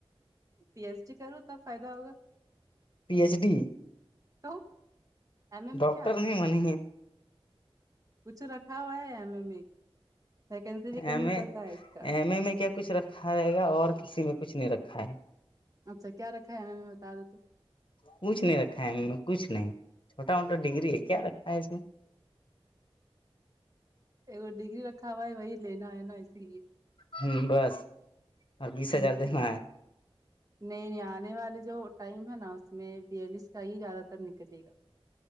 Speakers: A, on the right; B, on the left.
A: پی ایچ ڈی کرو تب فائدہ ہوگا
B: پی ایچ ڈی
A: تو ایم اے میں
B: ڈاکٹر
A: کیا ہے
B: نہیں
A: کچھ
B: بنیں گے
A: کچھ رکھا ہوا ہے ایم ایم ا ویکینسی بھی کم
B: ایم
A: نکلتا
B: اے
A: ہے اس کا
B: میں کیاچھ رکھ رکھا رہے گا اور کسی میں کچھ نہیں رکھا ہے
A: اچھا کیا رکھا ہے نے بتا تو
B: کچھ نہیں رکھا ہے کچھ نہیں چھوٹا موٹا ڈگری ہے کیا رکھا ہے اس نے
A: ایک ڈگری رکھا ہوا ہے وہی لینا ہے نا اسی لیے
B: ہوں بس اور بیس
A: <unintelligible>
B: ہزار دینا
A: نہیں نہیں آنے والے جو ٹائم ہے نا اس میں بیالیس کا ہی زیادہ تر نکلے گا